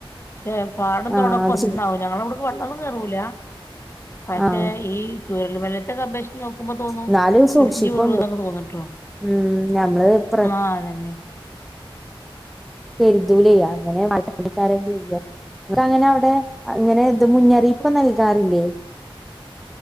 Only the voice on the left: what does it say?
പക്ഷെ പാടും
തോടൊക്കെ
ഒന്നാവും
ഞങ്ങളെ വ്ട്ക്ക്‌ വെള്ളൊന്നും കേറൂല പക്ഷെ
ഈ ചൂരൽ മലേത്തെക്കെ പേക്ഷി നോക്കുമ്പോ തോന്നും
ഇടിഞ്ഞു വീ യോന്നൊക്കെ തോന്നുട്ടോ
ആ അതന്നെ
അതെ
അതെ